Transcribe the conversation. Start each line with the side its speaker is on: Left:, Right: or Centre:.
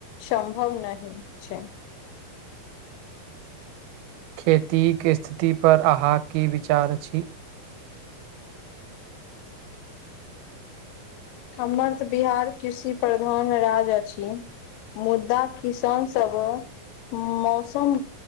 Left: सम्भवं नाहि छैय।
Right: खेती के इस्थिति पर अहाँ की विचार छीं।
Left: हमर तऽ बिहार कृषि प्रधान मे राज्य अछी। मुद्दा किसान सब अ मौसम